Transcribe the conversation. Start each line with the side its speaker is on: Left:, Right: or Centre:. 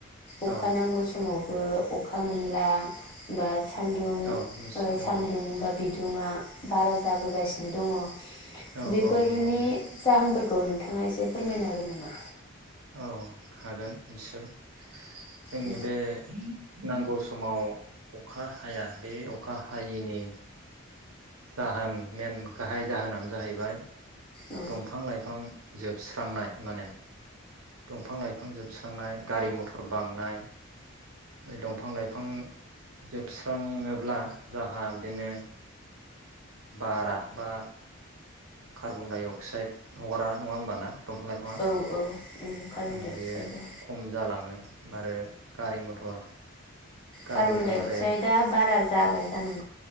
Left: अखा
Right: औ
Left: नांगौ समाव ओ अखा मोनला बा सान्दुं
Right: औ निस
Left: ओ
Right: नंगौ।
Left: सान्दुं बा बिदुङा बारा जाबोगासिनो दङ।
Right: औ
Left: बेफोरनि
Right: औ नंगौ औ
Left: जाहोनफोर खौ नोंथाङा एसे फोरमायनो हागोन नामा?
Right: औ हागोन निस्सय। जोंनि
Left: औ
Right: बे नांगौ समाव अखा हाया बे अ अखा हायैनि जाहोन मेन गाहाय जाहोनानो जाहैबाय
Left: औ
Right: दंफां लाइफां जोबस्रांनाय माने दंफां लाइफां जोबस्रांनाय गारि मथर बांनाय बे दंफां लाइफां जोबस्राङोब्ला जाहा बिदिनो बारा बा कार्बनडाइअक अक्साइड हगारा नङा होमबा ना? दंफां लाइफाङा ओम
Left: औ उम कार्बन डाइ
Right: बेयो
Left: अक्साइड औ
Right: खम जालाङो आरो गारि मथर। गारि
Left: कार्बन
Right: मथरनिफ्राय
Left: डाइ अक्साइदआ बारा जाबाय जानांगौ।